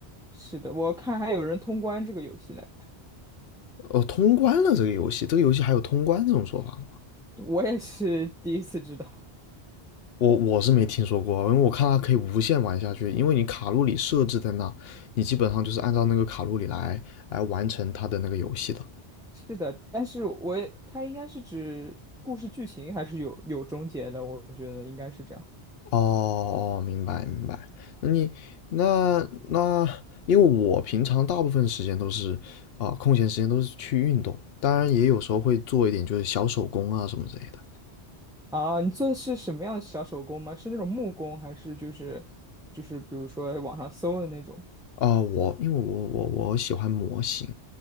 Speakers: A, in the centre; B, on the left (about 65°).
A: 是的，我看还有人通关这个游戏来
B: 哦，通关了这个游戏，这个游戏还有通关这种说法
A: 着，我也是 <laughs> 第一次知道。
B: 我我是没听说过啊，因为我看它可以无限玩下去，因为你卡路里设置在那，你基本上就是按照那个卡路里来来完成它的那个游戏的。
A: 是的，但是我也它应该是指故事剧情还是有有终结的，我觉得应该是这样。
B: 哦哦，明白明白。那你那那，因为我平常大部分时间都是啊、空闲时间都是去运动，当然也有时候会做一点就是小手工啊什么之类的。
A: 啊，你做的是什么样的小手工吗？是那种木工，还是就是就是比如说网上搜的那种？
B: 啊、我因为我我我喜欢模型，